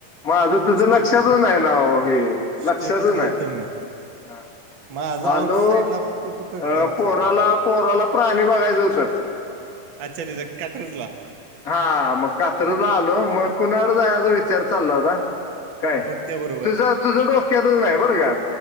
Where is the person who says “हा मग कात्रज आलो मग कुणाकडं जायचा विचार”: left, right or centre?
Left